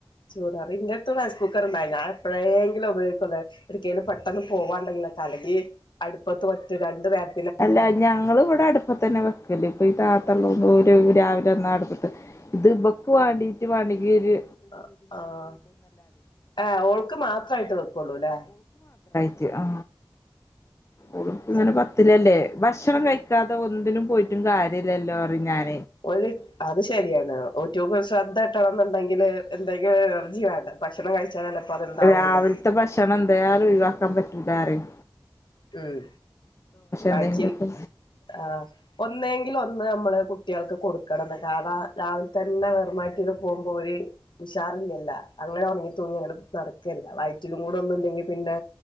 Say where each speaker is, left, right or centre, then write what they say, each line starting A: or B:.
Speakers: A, on the left (about 65°); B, on the left (about 35°).
A: ചൂടാറി ഇൻറ്റെടുത്തും റൈസ് കുക്കർ ഉണ്ടായി ഞാൻ എപ്പോഴെങ്കിലും ഉപയോഗിക്കുള്ളെ എടക്കെലും പെട്ടെന്ന് പോവാണ്ടെങ്കിലൊക്കെ അല്ലങ്കി അടുപ്പത്ത് ഒറ്റ രണ്ട് നേ
B: അല്ല ഞങ്ങള് ഇവിടെ അടുപ്പ തന്നെ വെക്കല് ഇപ്പൊ ഈ താത്തള്ളോ ഒ രു രാവിലെന്നാ അടുപ്പത്ത് ഇത് ഇബക്ക് വേണ്ടീട്ട് വേണ്ടങ്കി ഒര്
A: അഹ് ആഹ് ഏഹ് ഓൾക്ക് മാത്രയിട്ട് വെക്കൂള്ളൂല്ലേ
B: <unintelligible> ആ ഓള് ഇപ്പ
A: ആയിക്കോ
B: തന്നെ പത്തിലല്ലേ ബഷണം കഴിക്കാതെ ഒന്നിനും പോയിട്ടും കാര്യമില്ലല്ലോ പറയും ഞാൻ
A: ഓല് അത് ശെരിയാണ് ഒറ്റുക് ശ്രദ്ധകിട്ടണന്ന്ണ്ടെങ്കില് എന്തെങ്കിലും എനർജി വേണ്ടേ ഭക്ഷണം കഴിച്ചാലല്ലപ്പ അത്ണ്ടാവുള്ളൂ
B: രാവിലത്തെ ഭക്ഷണം എന്തായാലും ഒഴിവാക്കാൻ പറ്റു ല്ലാറേം
A: മ്മ് കാഴ്ചിൽ
B: എന്തെങ്കിലുമൊക്കെ
A: ആഹ് ഒന്നെങ്കിൽ ഒന്ന് നമ്മള് കു കുട്ട്യാകൾക്ക് കൊടുക്കണംന്ന് കാരണാ രാവിലെ തന്നെ വെറുംവയറ്റിൽ പോകുമ്പോ ഒരു ഉഷാറില്ലല്ല അങ്ങനെ ഉണങ്ങി തൂങ്ങി അങ്ങനെ നടക്കല്ല വയറ്റിലും കൂടെ ഒന്നുംണ്ടെങ്കി പിന്നെ